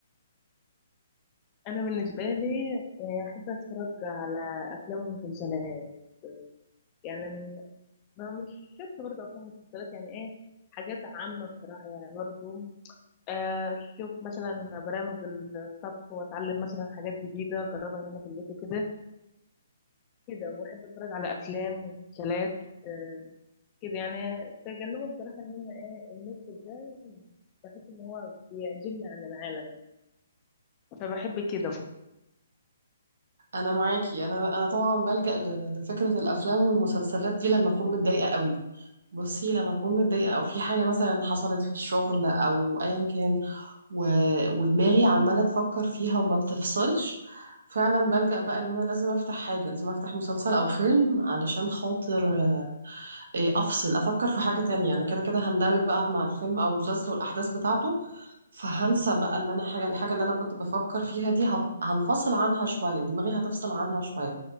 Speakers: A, on the left; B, on the right.
A: انا بالنسبه لي آه، احب اتفرج على افلام ومسلسلات يعني م- ما مش شرط برضه افلام ومسلسلات يعني ايه حاجات عامه بصراحه يعني برضه آه، اشوف مثلا برامج الطبخ واتعلم مثلا حاجات جديده اجربها هنا في البيت وكده كده واحب اتفرج على افلام ومسلسلات آه، كده يعني تجنبه بصراحه ان انا ايه النت ده بحس ان هو بيعزلني عن العالم فبحب كده
B: انا معاكي انا انا طبعا بلجأ ل... لفكره الافلام والمسلسلات دي لما اكون متضايقه قوي بصي لما اكون متضايقه او في حاجه مثلا حصلت في الشغل او ايا كان و... ودماغي عمالة تفكر فيها وما بتفصلش فعلا بلجأ بقى ان انا لازم افتح حاجة لازم افتح مسلسل او فيلم علشان خاطر آه، إيه، افصل افكر في حاجة تانية انا كده كده هندمج بقى مع الفيلم او المسلسل والاحداث بتاعته فهنسى بقى اللي انا حاجة الحاجة اللي انا كنت بفكر فيها دي هف- هنفصل عنها شوية دماغي هتفصل عنها شوية